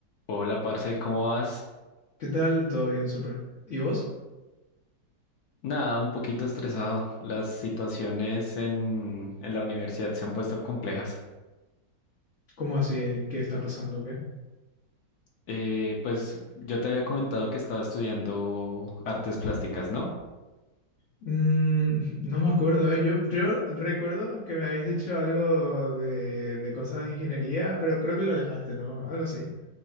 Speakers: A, on the left; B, on the left.
A: Hola, parce, ¿cómo vas?
B: ¿Qué tal? Todo bien, súper. ¿Y vos?
A: Nada, un poquito estresado. Las situaciones en, en la universidad se han puesto complejas.
B: ¿Cómo así? eh? ¿Qué está pasando? ¿Qué?
A: Eh, pues yo te había comentado que estaba estudiando artes plásticas, ¿no?
B: Mm, <laughs> no me acuerdo, ¿eh? Yo, yo recuerdo que me habías dicho algo de, de cosas de ingeniería, pero creo que lo dejaste, ¿no? Algo así.